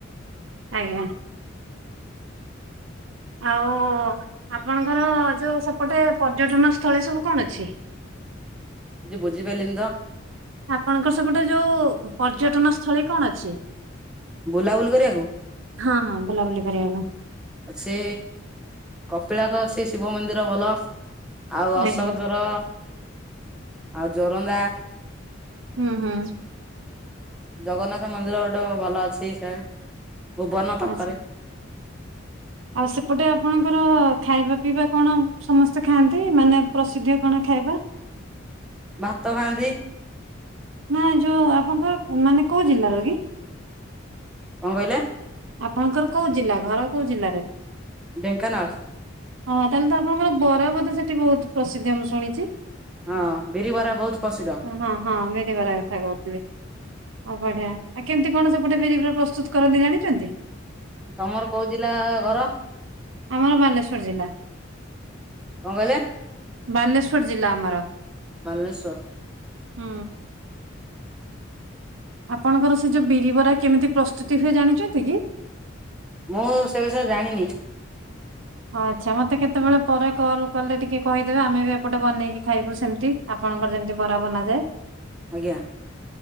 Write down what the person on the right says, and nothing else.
ଆଜ୍ଞା। ଆଉ ଆପଣଙ୍କର ଯୋଉ ସେପଟେ ପର୍ଯ୍ୟଟନ ସ୍ଥଳୀ ସବୁ କଣ ଅଛି?
ଆପଣଙ୍କର ସେପଟେ ଯୋଉ ପର୍ଯ୍ୟଟନ ସ୍ଥଳୀ କଣ ଅଛି?
ହଁ ହଁ ବୁଲାବୁଲି କରିବାକୁ
ଆଜ୍ଞା
ହୁଁ ହୁଁ।
ଆଚ୍ଛା। ଆଉ ସେପଟେ ଆପଣଙ୍କର ଖାଇବା ପିଇବା କଣ ସମସ୍ତେ ଖାଆନ୍ତି ମାନେ ପ୍ରସିଦ୍ଧ କଣ ଖାଇବା?
ନା ଯୋଉ ଆପଣଙ୍କ ମାନେ କୋଉ ଜିଲ୍ଲା ର କି?
ଆପଣଙ୍କର କୋଉ ଜିଲ୍ଲା ଘର କୋଉ ଜିଲ୍ଲାରେ?
ହଁ ତାଏଲେ ତ ଆପଣଙ୍କର ବରା ବୋଧେ ସେଠି ବହୁତ୍ ପ୍ରସିଦ୍ଧ ମୁଁ ଶୁଣିଚି।
ହଁ ହଁ ବିରିବରା କଥା କହୁଥିଲି। ଆଉ ବଢିଆ ଆଉ କେମିତି କଣ ସେପଟେ ବିରି ଉପରେ ପ୍ରସ୍ତୁତ କରନ୍ତି ଜାଣିଛନ୍ତି?
ଆମର ବାଲେସ୍ୱର ଜିଲ୍ଲା
ବାଲେସ୍ୱର ଜିଲ୍ଲା ଆମର।
ହୁଁ। ଆପଣଙ୍କର ସେ ଯୋଉ ବିରିିବରା କେମିତି ପ୍ରସ୍ତୁତି ହୁଏ ଜାଣିଛନ୍ତି କି?
ଆଚ୍ଛା ମତେ କେତେବେଳେ ପରେ କଲ୍ କଲେ ଟିକେ କହିଦେବେ ଆମେ ବି ଏପଟେ ବନେଇକି ଖାଇବୁ ସେମିତି। ଆପଣଙ୍କର ଯେମିତି ବରା ବନାଯାଏ।